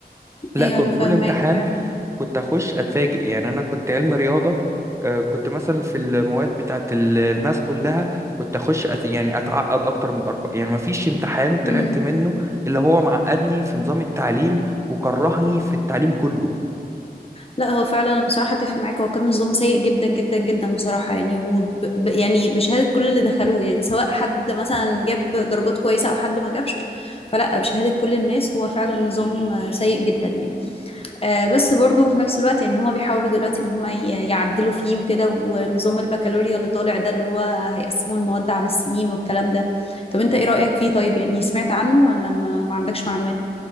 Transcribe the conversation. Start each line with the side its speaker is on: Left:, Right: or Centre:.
Right: لا
Left: ايوه
Right: كان
Left: انا
Right: كل
Left: فاهماك
Right: امتحان
Left: فعلا
Right: كنت اخش اتفاجئ يعني انا كنت علم رياضه آه، كنت مثلا في المواد بتاعت ال- الماس كلها كنت اخش أت... يعني اتعقد اكتر من الارقام يعني ما فيش امتحان طلعت
Left: امم
Right: منه اللي هو معقدني في نظام التعليم وكرهني في التعليم كله
Left: لا هو فعلا انا بصراحة اتفق معاك هو كان نظام سيء جدا جدا جدا بصراحة يعني وب... ب- يعني بشهادة كل اللي دخلوه يعني سواء حد مثلا جاب درجات كويسة او حد ما جابش فلا بشهادة كل الناس هو فعلا نظام آه، سيء جدا يعني آه، بس برضو في نفس الوقت يعني هما بيحاولوا دلوقتي ان هما ي- يعدلوا فيه وكده ونظام البكالوريا اللي طالع ده اللي هو هيقسموا المواد على السنين والكلام ده طب انت ايه رأيك فيه طيب يعني سمعت عنه ولا ما, ما عندكش معلومات